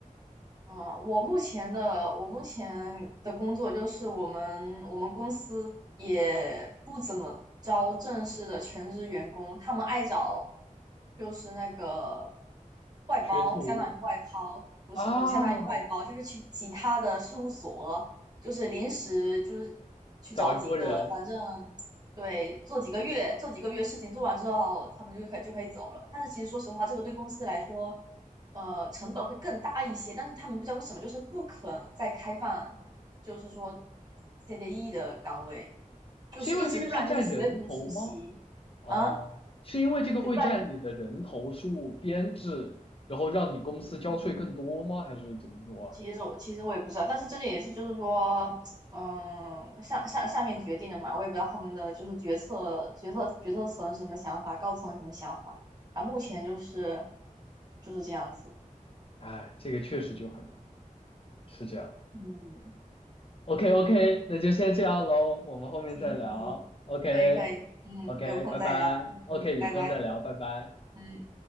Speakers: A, on the right; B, on the left.
A: 嗯，我目前的我目前的工作就是我们我们公司也不怎么招正式的全职员工，他们爱找就是那个外包，
B: 学徒
A: 相当于外包，不是不是，
B: 啊，
A: 相当于外包，就是去其他的事务所，就是临时就是去找几个，
B: 找一波人，
A: 反正对，做几个月，做几个月事情做完之后，他们就可以就可以走了。但是其实说实话，这个对公司来说。呃成本会更大一些，但是他们不知道为什么就是不肯再开放，就是说 CDE 的岗位，就是一直不然就是学徒实习
B: 是因为这个是占人头吗？哦，
A: 啊，
B: 是因为这个会占你的人头数编制，
A: 对，不然
B: 然后让你公司交税更多吗？
A: 嗯，
B: 还是怎么说啊？
A: 其实我其实我也不知道，但是这个也是就是说。嗯，上上上面决定的嘛，我也不知道他们的就是决策决策决策层是什么想法，高层是什么想法。啊，目前就是就是这样子。
B: 哎，这个确实就很难，是这样。
A: 嗯，
B: OK OK，那就先这样喽，我们后面再聊。
A: 行行行，
B: OK
A: 可以可以，嗯，
B: OK，
A: 有空再聊，
B: 拜拜。
A: 嗯，
B: OK，
A: 拜拜。
B: 有空再聊，拜拜。
A: 嗯，